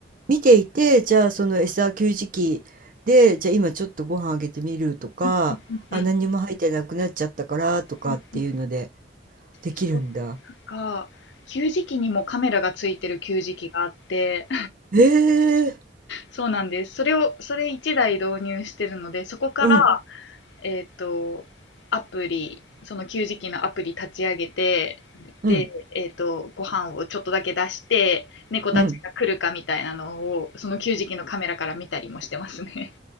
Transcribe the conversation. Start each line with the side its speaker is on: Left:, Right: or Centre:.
Right: 見ていて、じゃあその餌給餌器で、じゃあ今ちょっとご飯あげてみるとか、
Left: うんうんうんうん
Right: あ、何にも入ってなくなっちゃったからとかっていうので
Left: うんうん。
Right: できるんだ。
Left: そう、なんか、給餌器にもカメラがついてる給餌器があって、
Right: ええ
Left: そうなんです。それを、それ1台導入してるので、そこから、
Right: うん、
Left: えっと、アプリ、その給餌器のアプリ立ち上げて、
Right: うん、
Left: で、えっと、ご飯をちょっとだけ出して、猫たちが来るかみたいなのを、
Right: うん。
Left: その給餌器のカメラから見たりもしてますね。